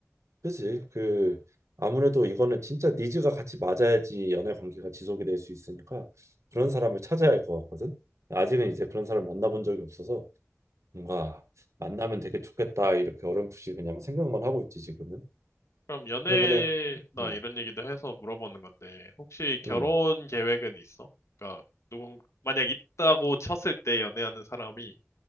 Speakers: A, on the right; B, on the left.
A: 그지. 그 아무래도 이거는 진짜 니즈가 같이 맞아야지 연애 관계가 지속이 될 수 있으니까 그런 사람을 찾아야 할 것 같거든. 아직은 이제 그런 사람 만나본 적이 없어서 뭔가 만나면 되게 좋겠다 이렇게 어렴풋이 그냥 생각만 하고 있지 지금은.
B: 그럼 연애나
A: 그러면은 음,
B: 이런 얘기도 해서 물어보는 건데, 혹시 결혼
A: 음,
B: 계획은 있어? 그러니까 누군 만약 있다고 쳤을 때 연애하는 사람이